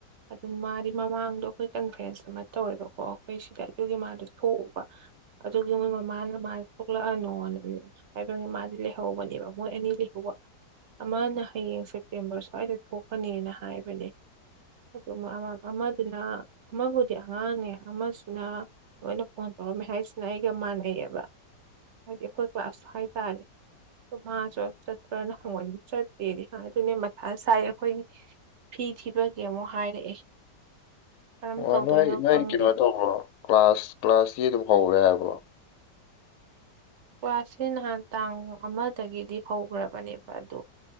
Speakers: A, on the right; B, on the left.
A: ꯑꯗꯨ ꯃꯥꯗꯤ ꯃꯃꯥꯡꯗꯣ ꯑꯩꯈꯣꯏ ꯀꯟꯐ꯭ꯔꯦꯟꯁ ꯑꯃ ꯇꯧꯋꯦꯕꯀꯣ ꯑꯩꯈꯣꯏ ꯁꯤꯗ ꯑꯗꯨꯒꯤ ꯃꯥꯗꯣ ꯊꯣꯛꯎꯕ ꯑꯗꯨꯒꯤ ꯃꯣꯏ ꯃꯃꯥꯅ ꯃꯥ ꯊꯣꯛꯂꯛꯑꯅꯣ ꯍꯥꯏꯕꯒꯤ ꯃꯥꯗꯤ ꯂꯩꯍꯧꯕꯅꯦꯕ ꯃꯣꯏ ꯑꯅꯤ ꯂꯩꯍꯧꯕ ꯑꯃꯅ ꯍꯌꯦꯡ ꯁꯦꯞꯇꯦꯝꯕꯔ ꯁ꯭ꯋꯥꯏꯗ ꯊꯣꯛꯀꯅꯦꯅ ꯍꯥꯏꯕꯅꯦ ꯑꯗꯨ ꯑꯃꯗꯨꯅ ꯑꯃꯕꯨꯗꯤ ꯑꯉꯥꯡꯅꯦ ꯑꯃꯁꯨꯅ ꯂꯣꯏꯅ ꯐꯣꯟ ꯇꯧꯔꯝꯃꯦ ꯍꯥꯏꯁꯤꯅ ꯑꯩꯒ ꯃꯥꯟꯅꯩꯌꯦꯕ ꯍꯥꯏꯗꯤ ꯑꯩꯈꯣꯏ ꯀ꯭ꯂꯥꯁ ꯍꯥꯏꯇꯥꯔꯦ ꯃꯥꯁꯨ ꯆꯠꯄ꯭ꯔꯥꯅ ꯍꯪꯕꯅꯤ ꯆꯠꯇꯦꯗꯤ ꯍꯥꯏ ꯑꯗꯨꯅꯦ ꯃꯊꯥ ꯁꯥꯏ ꯑꯩꯈꯣꯏꯒꯤ ꯐꯤ ꯊꯤꯕꯒꯦ ꯑꯃꯨꯛ ꯍꯥꯏꯔꯛꯑꯦ ꯀꯔꯝ
B: ꯑꯣ
A: ꯇꯧꯗꯣꯏꯅꯣ
B: ꯅꯣꯏ-ꯅꯣꯏ
A: ꯈꯪꯗꯦ
B: ꯀꯩꯅꯣ ꯇꯧꯕ꯭ꯔꯣ ꯀ꯭ꯂꯥꯁ ꯀ꯭ꯂꯥꯁꯗꯤ ꯑꯗꯨꯝ ꯍꯧꯔꯦ ꯍꯥꯏꯕ꯭ꯔꯣ
A: ꯀ꯭ꯂꯥꯁꯁꯦ ꯅꯍꯥꯟ ꯇꯥꯡ ꯑꯃꯗꯒꯤꯗꯤ ꯍꯧꯈ꯭ꯔꯕꯅꯦꯕ ꯑꯗꯣ